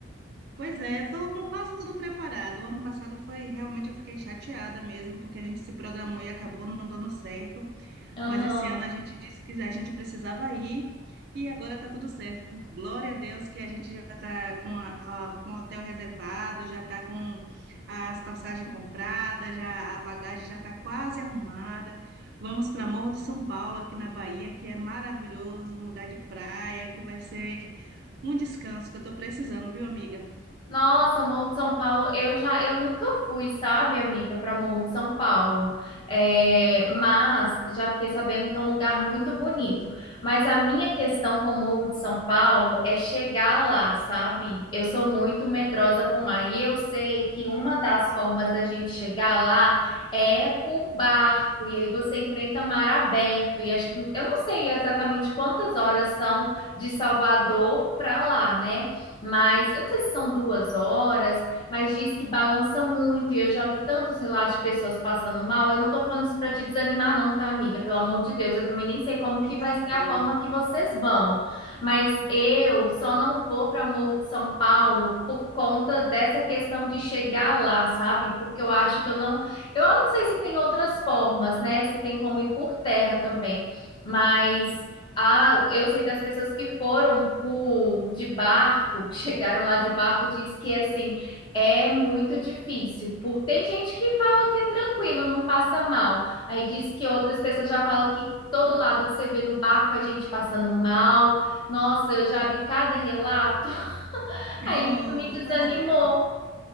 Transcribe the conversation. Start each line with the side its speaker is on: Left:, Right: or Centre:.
Right: Pois é, eu tô com quase tudo preparado. O ano passado foi realmente eu fiquei chateada mesmo porque a gente se programou e acabou não dando certo.
Left: Aham.
Right: Mas esse ano a gente disse que a gente precisava ir e agora está tudo certo. Glória a Deus que a gente já está com, a- a- com o hotel reservado, já está com as passagens compradas, já a bagagem já está quase arrumada. Vamos para Morro de São Paulo, aqui na Bahia, que é maravilhoso, um lugar de praia, que vai ser um descanso que eu estou precisando, viu, amiga?
Left: Nossa, Morro de São Paulo, eu já, eu nunca fui, sabe, amiga, para Morro de São Paulo, É, mas já fiquei sabendo que é um lugar muito bonito. Mas a minha questão com o Morro de São Paulo é chegar lá, sabe? Eu sou muito medrosa com o mar e eu sei que uma das formas da gente chegar lá é por barco e aí você enfrenta mar aberto e acho que eu não sei exatamente quantas horas são de Salvador para lá, né? mas eu não sei se são duas horas, mas diz que balança muito, e eu já vi tantos relatos de pessoas passando mal. Eu não tô falando isso para te desanimar, não, tá, amiga? Pelo amor de Deus, eu também nem sei como
Right: <laughs>
Left: que vai
Right: Eu
Left: ser
Right: sei.
Left: a forma que vocês vão, mas eu só não vou para Morro de São Paulo por conta dessa questão de chegar lá, sabe? Porque eu acho que eu não. Eu não sei se tem outras formas, né? Se tem como ir por terra também, mas. Ah, eu sei das pessoas que foram por de barco, que chegaram lá de barco, diz que assim é muito difícil. Porque tem gente que fala que é tranquilo, não passa mal. Aí diz que outras pessoas já falam que todo lado que você vê no barco é gente passando mal. Nossa, eu já vi cada relato. <laughs> Aí
Right: Oh,
Left: isso me desanimou.
Right: pois é.